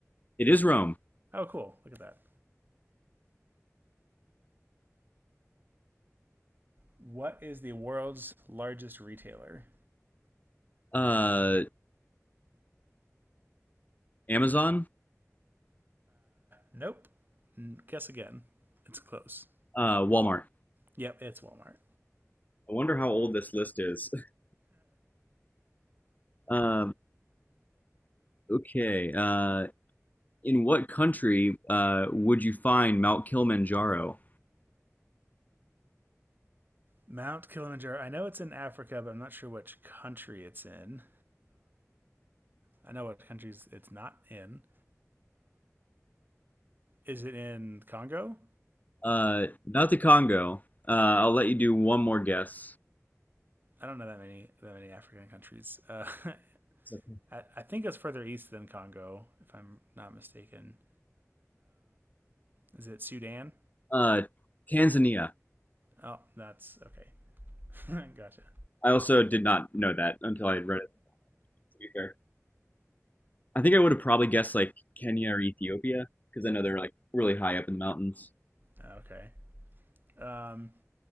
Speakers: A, on the left; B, on the right.
A: It is Rome.
B: Oh, cool. Look at that. What is the world's largest retailer?
A: Uh, Amazon.
B: Nope. Guess again. It's close.
A: Uh, Walmart.
B: Yep, it's Walmart.
A: I wonder how old this list is. <laughs> Um, okay. Uh, in what country uh, would you find Mount Kilimanjaro?
B: Mount Kilimanjaro. I know it's in Africa, but I'm not sure which country it's in. I know what countries it's not in. Is it in Congo?
A: Uh, not the Congo. Uh, I'll let you do one more guess.
B: I don't know that many that many African countries. Uh,
A: It's okay.
B: <laughs> I, I think it's further east than Congo, if I'm not mistaken. Is it Sudan?
A: Uh, Tanzania.
B: Oh, that's okay. <laughs> gotcha.
A: I also did not know that until I read it. To be fair, I think I would have probably guessed like Kenya or Ethiopia because I know they're like really high up in the mountains.
B: Okay. Um,